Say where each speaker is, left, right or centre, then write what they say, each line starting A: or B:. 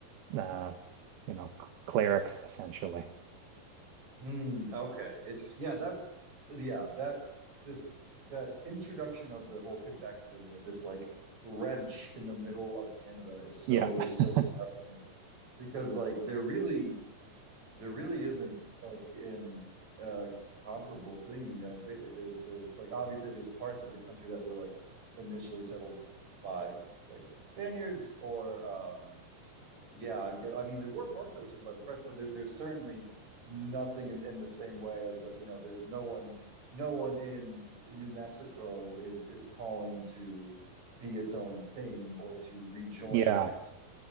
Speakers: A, on the right; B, on the right.
A: uh, you know, clerics, essentially.
B: Mm, okay. It's yeah, that's yeah, that this that introduction of the whole Quebec thing of this like wrench in the middle of Canada is so
A: Yeah. <laughs>
B: is so fascinating because like there really there really isn't like an uh comparable thing in the United States. Like there's there's like obviously there's parts of the country that were like initially settled by like the Spaniards or um yeah, I get, I mean, there were parts that were settled by the French, but there, there's certainly nothing in, in the same way as like, you know, there's no one, no one in New Mexico is is calling to be its own thing or to rejoin
A: Yeah.
B: Mexico